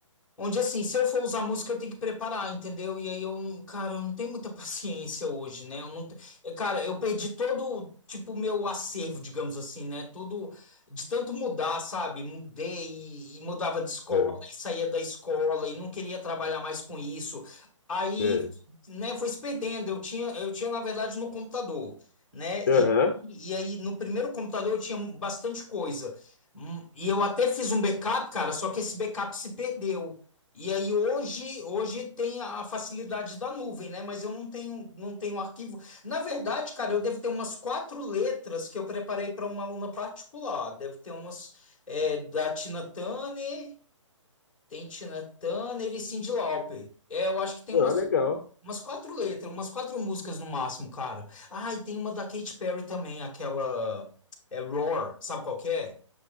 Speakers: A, in the centre; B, on the left (about 35°).
A: Onde assim, se eu for usar música, eu tenho que preparar, entendeu? E aí eu, cara, eu não tenho muita <laughs> paciência hoje, né? Eu não, te- eu, cara, eu perdi todo, tipo, meu acervo, digamos assim, né? Tudo de tanto mudar, sabe? Mudei e, e mudava de escola,
B: É,
A: e saía da escola e não queria trabalhar mais com isso. Aí,
B: é.
A: né, foi se perdendo. Eu tinha, eu tinha, na verdade, no computador, né?
B: Aham.
A: E, e aí, no primeiro computador, eu tinha bastante coisa. Hum, E eu até fiz um backup, cara, só que esse backup se perdeu. E aí hoje, hoje tem a facilidade da nuvem, né? Mas eu não tenho, não tenho arquivo. Na verdade, cara, eu devo ter umas quatro letras que eu preparei para uma aluna particular. Deve ter umas é, da Tina Turner, tem Tina Turner e Cyndi Lauper. É, eu acho que tem umas,
B: Ah, legal.
A: umas quatro letras, umas quatro músicas no máximo, cara. Ah, e tem uma da Katy Perry também, aquela é Roar, sabe qual que é?